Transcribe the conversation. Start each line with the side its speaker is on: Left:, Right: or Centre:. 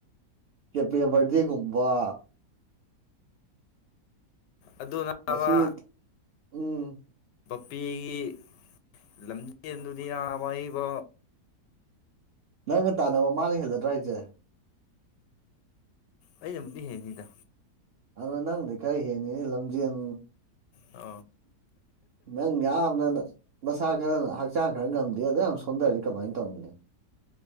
Right: ꯀꯦꯄ ꯔꯗꯦ ꯀꯨꯝꯕ
Left: ꯑꯗꯨꯕ
Right: ꯉꯁꯤ ꯎꯝ
Left: ꯕꯄꯤꯒꯤ ꯂꯝꯖꯦꯟꯗꯨꯗ ꯌꯥꯕ ꯍꯩꯕ
Right: ꯅꯪꯒ ꯇꯥꯟꯅꯕ ꯃꯥꯅ ꯍꯦꯜꯂꯗ꯭ꯔꯥ ꯍꯥꯏꯁꯦ
Left: ꯑꯩ ꯑꯃꯨꯗꯤ ꯍꯦꯅꯤꯗ
Right: ꯑꯗꯣ ꯅꯪꯗꯤ ꯀꯔꯤ ꯍꯦꯅꯤꯅꯦ ꯂꯝꯖꯦꯟ
Left: ꯑ
Right: ꯅꯪ ꯌꯥꯝꯅ ꯅꯁꯥ ꯈꯔꯅ ꯍꯛꯆꯥꯡ ꯈꯔ ꯉꯝꯗꯦ ꯑꯗꯨꯗ ꯌꯥꯝ ꯁꯗꯔꯤꯀꯚꯥꯏꯇ ꯎꯂꯤ